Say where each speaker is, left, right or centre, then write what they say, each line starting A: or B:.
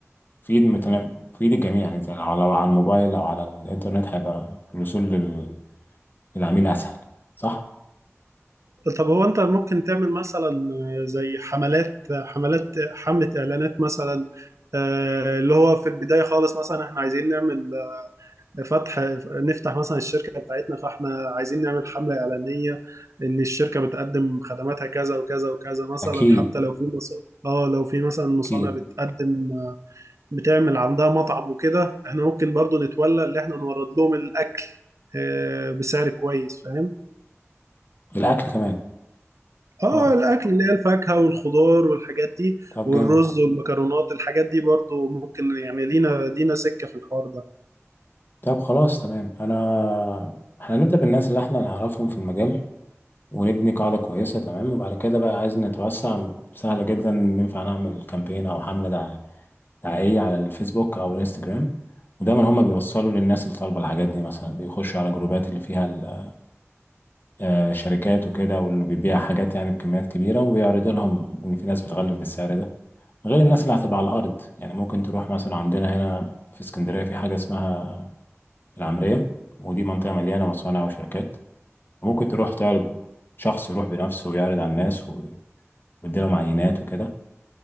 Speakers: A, on the left; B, on the right.
A: في ايد متنا... في ايد الجميع يعني زي لو لو على الموبايل او على الانترنت هيبقى الوصول لل... للعميل اسهل صح
B: طب هو انت ممكن تعمل مثلا زي حملات حملات حملة اعلانات مثلا آه، اللي هو في البداية خالص مثلا احنا عايزين نعمل فتح نفتح مثلا الشركة بتاعتنا فاحنا عايزين نعمل حملة إعلانية إن الشركة بتقدم خدماتها كذا وكذا وكذا مثلا
A: اكيد
B: حتى لو في مص... اه لو في مثلا مصانع
A: اكيد
B: بتقدم بتعمل عندها مطعم وكده احنا ممكن برضو نتولى اللي احنا نورد لهم الأكل آه، بسعر كويس فاهم؟
A: الاكل كمان
B: اه
A: اه
B: الأكل اللي هي الفاكهة والخضار والحاجات دي
A: طب
B: والرز
A: جامد
B: والمكرونات الحاجات دي برضو ممكن يعني لينا لينا سكة في الحوار ده
A: طب خلاص تمام انا احنا هنبدأ بالناس اللي احنا نعرفهم في المجال ونبني قاعدة كويسة تمام وبعد كده بقى عايز نتوسع سهلة جدا ننفع نعمل كامبين أو حملة دع- دعائية على الفيسبوك أو الانستجرام ودايما هما بيوصلوا للناس اللي طالبة الحاجات دي مثلا بيخشوا على جروبات اللي فيها ال- آه، شركات وكده واللي بيبيع حاجات يعني بكميات كبيرة وبيعرضوا لهم إن في ناس بتغلف بالسعر ده غير الناس اللي هتبقى على الأرض يعني ممكن تروح مثلا عندنا هنا في اسكندرية في حاجة اسمها العمرية ودي منطقة مليانة مصانع وشركات ممكن تروح تعرض شخص يروح بنفسه ويعرض على الناس واديلهم عينات وكده